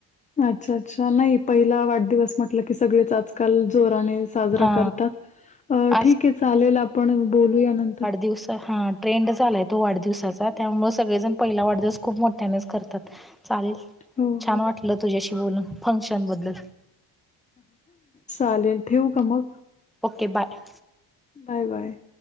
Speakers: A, on the left; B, in the centre.
A: अच्छा अच्छा नाही पहिला वाढदिवस म्हटलं की सगळेच आजकाल जोराने साजरा
B: हा
A: करतात
B: आज
A: ठीक आहे चालेल आपण बोलू यानंतर
B: दिवसा हा ट्रेंड झालाय तो वाढदिवसाचा त्यामुळे सगळेजण पहिला वाढदिवस खूप मोठ्यानेच करतात चालेल
A: हो हो.
B: छान वाटलं तुझ्याशी बोलून फंक्शन बद्दल
A: चालेल ठेवू का मग
B: ओके बाय
A: बाय बाय